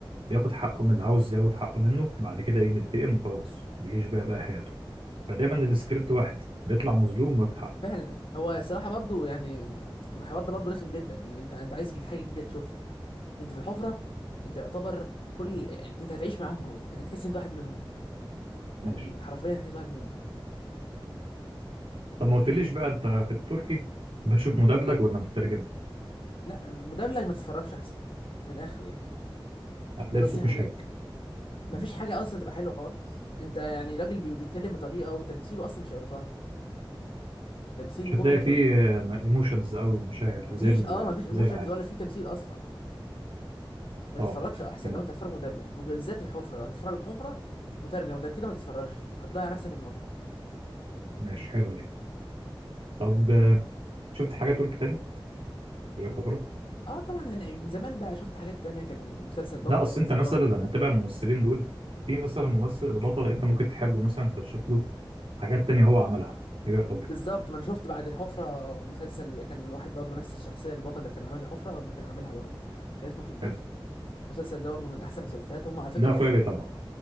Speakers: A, on the right; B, on the left.
A: بياخد حقه من اللي عاوز ياخد حقه منه بعد كده إيه بينتقم وخلاص بيعيش بقى بقى حياته فدايما السكريبت
B: آه.
A: واحد بيطلع مظلوم وياخد حقه
B: فعلا هو صراحة برضو يعني الحوار ده برضو رخم جدا يعني انت انت عايز جديد حاجة جديدة تشوفها انت في الحفرة انت يعتبر كل يعني انت هتعيش معاهم جوه انت تحس انت واحد منهم فاهمني
A: ماشي
B: حرفيا تحس واحد منهم
A: طب ما قلتليش بقى انت في التركي بتشوف مدبلج ولا مترجم
B: لا مدبلج ما تتفرجش احسن من الاخر يعني
A: هتلاقي
B: ده نصيحة
A: الصوت مش
B: ليك
A: حلو
B: مفيش
A: مم.
B: حاجة اصلا تبقى حلوة خالص انت يعني راجل بي- بيتكلم بطريقة وتمثيله اصلا مش هيبقى ظاهر التمثيل
A: مش هتلاقي
B: كله مش
A: فيه
B: هيبقى موجود
A: ايموشنز او مشاعر
B: مفيش
A: زي ال-
B: اه
A: آه،
B: مفيش ايموشنز
A: زي العادي
B: ولا في تمثيل اصلا ما تتفرجش
A: اه
B: احسن
A: تمام
B: لو انت هتتفرج مدبلج وبالذات الحفرة لو هتتفرج الحفرة مترجم غير كده ما تتفرجش هتضيع نفسك المتعة
A: ماشي حلوه دي طب آه، شفت حاجه تركي تاني غير الحفرات
B: اه طبعا انا من زمان بقى شفت حاجات تانية كان مسلسل برضه
A: لا اصل
B: عصابات
A: انت مثلا
B: وكده
A: لما تتابع الممثلين دول في مثلا ممثل البطل انت ممكن تحبه مثلا فتشوف له حاجات تانية هو عملها غير الحفرة
B: بالظبط ما انا شفت بعد الحفرة مسلسل كان واحد برضه نفس الشخصية البطل اللي كان عامل الحفرة ما كان عاملها برضه كان اسمه في الداخل
A: حلو
B: المسلسل ده برضو من احسن المسلسلات هم على فكره
A: ده
B: مربوطين
A: اخويا بيتابعه
B: ببعض